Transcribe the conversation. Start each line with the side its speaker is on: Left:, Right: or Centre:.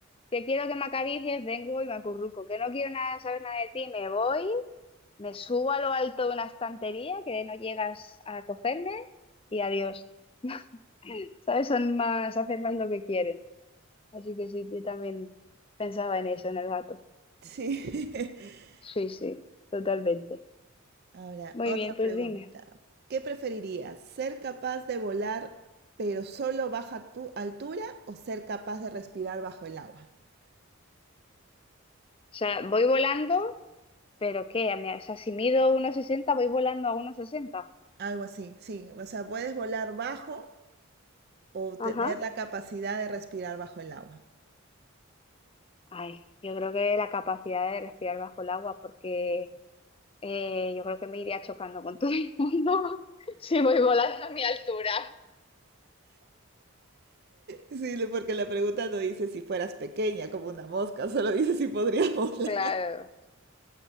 Left: que quiero que me acaricies, vengo y me acurruco, que no quiero nada, saber nada de ti, me voy, me subo a lo alto de una estantería que no llegas a cogerme y adiós. <laughs> ¿Sabes? Son más, hacen más lo que quieren. Así que sí, yo también pensaba en eso, en el gato.
Right: Sí. <laughs>
Left: Sí, sí, totalmente.
Right: Ahora,
Left: Muy
Right: otra
Left: bien,
Right: pregunta.
Left: pues dime.
Right: ¿Qué preferirías? ¿Ser capaz de volar pero solo baja tu altura o ser capaz de respirar bajo el agua?
Left: O sea, voy volando, pero ¿qué? Me- O sea, si mido uno sesenta voy volando a uno sesenta
Right: Algo así, sí. O sea, puedes volar bajo o
Left: Ajá.
Right: tener la capacidad de respirar bajo el agua.
Left: Ay, yo creo que la capacidad de respirar bajo el agua, porque eh, yo creo que me iría chocando con <laughs> todo el mundo. <laughs> Si voy volando a mi altura.
Right: Sí, le- porque la pregunta no dice si fueras pequeña como una mosca, solo dice si podrías volar.
Left: Claro.